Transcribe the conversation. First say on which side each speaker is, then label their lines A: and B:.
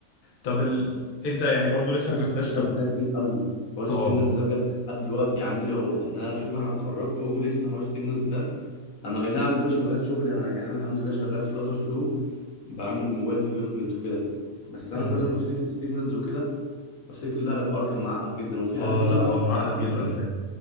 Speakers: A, on the left (about 45°); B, on the left (about 75°).
A: طب ال... انت يعني برضو لسه
B: حوار
A: ما
B: السيجنالز
A: جبناش طب
B: ده كبير قوي حوار السيجنالز
A: اه
B: ده بجد لحد دلوقتي عامل لي عقده يعني انا شوف انا اتخرجت اهو لسه حوار السيجنالز ده انا اي نعم ده مش مجال شغلي انا يعني انا الحمد لله شغال فلاتر فلو بعمل موبايل ديفلوبمنت وكده بس انا
A: امم
B: كل ما افتكر السيجنالز وكده بفتكر لا الحوار كان معقد جدا وفي
A: اه
B: حاجات في
A: لا
B: توبكس
A: هو
B: لحد
A: معقد
B: دلوقتي
A: جدا
B: خرجت
A: فعلا